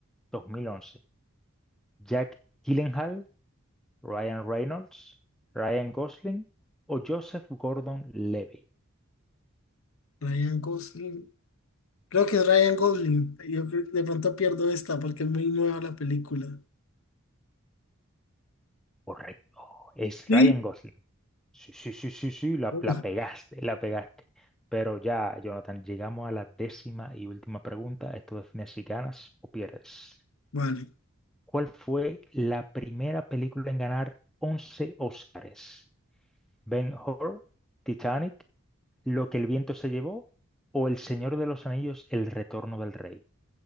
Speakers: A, in the centre; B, on the left.
A: 2011? ¿Jack Gyllenhaal, Ryan Reynolds, Ryan Gosling o Joseph Gordon-Levitt?
B: Ryan Gosling. Creo que es Ryan Gosling. Yo creo- de pronto pierdo esta porque es muy nueva la película.
A: Correcto, es
B: Sí.
A: Ryan Gosling. Sí, sí, sí, sí, sí, la,
B: Uf,
A: la pegaste, la pegaste. Pero ya, Jonathan, llegamos a la décima y última pregunta. Esto define si ganas o pierdes.
B: vale.
A: ¿Cuál fue la primera película en ganar 11 Óscares? ¿Ben-Hur, Titanic, Lo que el viento se llevó o El Señor de los Anillos, El Retorno del Rey.